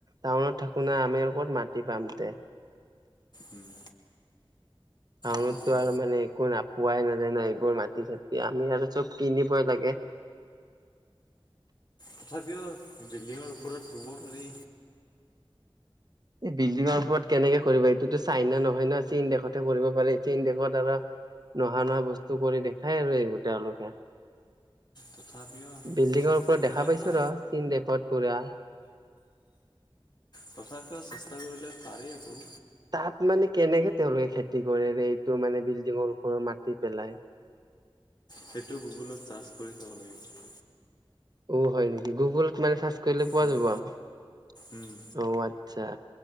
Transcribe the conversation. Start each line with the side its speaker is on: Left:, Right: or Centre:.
Right: টাউনত থাকোঁ না আমি আৰু ক'ত মাটি পাম তে।
Left: উম,
Right: টাউনতো
Left: অঁ
Right: আৰু মানে একো না পোৱাই নাযায় না, এইবোৰ মাটি-চাটি আমি আৰু চব কিনিবই লাগে।
Left: তথাপিও বিল্ডিঙৰ ওপৰত ৰুব পাৰি।
Right: এই বিল্ডিঙৰ ওপৰত কেনেকে কৰিবা? এইটোতো চাইনা নহয় ন, চীন দেশতহে কৰিব পাৰে। চীন দেশত আৰু নোহা নোহোৱা বস্তু কৰি দেখায় আৰু এইবোৰ তেওঁলোকে।
Left: তথাপিও
Right: বিল্ডিঙৰ
Left: চেষ্টা
Right: ওপৰত
Left: কৰিলে
Right: দেখা পাইছো
Left: পা
Right: ৰ চীন দেশত কৰা।
Left: তথাপিও চেষ্টা কৰিলে পাৰি আকৌ।
Right: তাত মানে কেনেকে তেওঁলোকে খেতি কৰে ৰে, এইটো মানে বিল্ডিঙৰ ওপৰত মাতি পেলাই?
Left: সেইটো গুগলত ছাৰ্চ কৰি চাব লাগিব।
Right: অ হয় নেকি? গুগলত মানে ছাৰ্চ কৰিলে পোৱা
Left: উম,
Right: যাব। অ
Left: উম,
Right: আত্চ্ছ দা